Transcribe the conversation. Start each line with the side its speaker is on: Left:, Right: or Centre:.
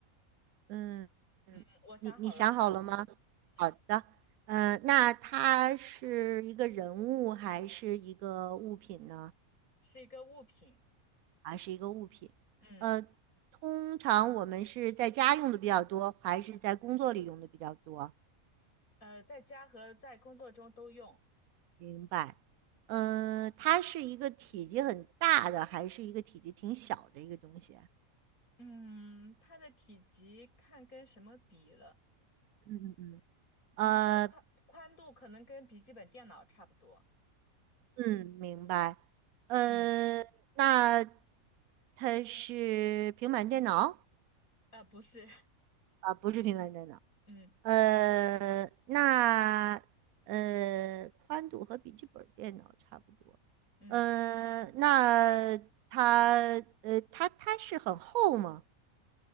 Right: 嗯嗯，
Left: 嗯我想好了。
Right: 你你想好了吗？
Left: 嗯。
Right: 好的，嗯，那它是一个人物还是一个物品呢？
Left: 是一个物品，
Right: 啊，是一个物品？
Left: 嗯，
Right: 呃，通常我们是在家用的比较多，还是在工作里用的比较多？
Left: 呃，在家和在工作中都用，
Right: 明白。嗯，它是一个体积很大的，还是一个体积挺小的一个东西？
Left: 嗯，它的体积看跟什么比了，
Right: 嗯嗯嗯。呃，
Left: 嗯，它的宽宽度可能跟笔记本电脑差不多，
Right: 嗯，明白。呃，
Left: 嗯，
Right: 那它是平板电脑
Left: 啊、不是，
Right: 啊，不是平板电脑。
Left: <laughs> 嗯
Right: 呃，那呃，宽度和笔记本电脑差不多。
Left: 嗯
Right: 呃，那它呃，它它是很厚吗？